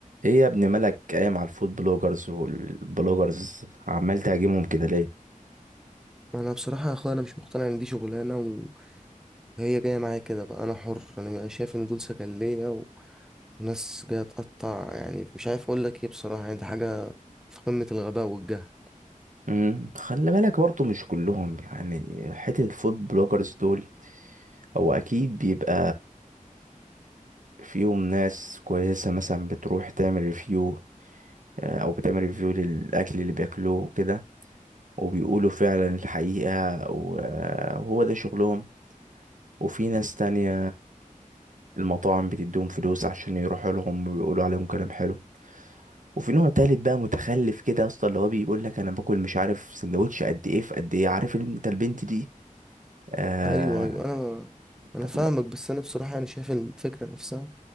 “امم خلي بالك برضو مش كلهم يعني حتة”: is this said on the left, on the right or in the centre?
Right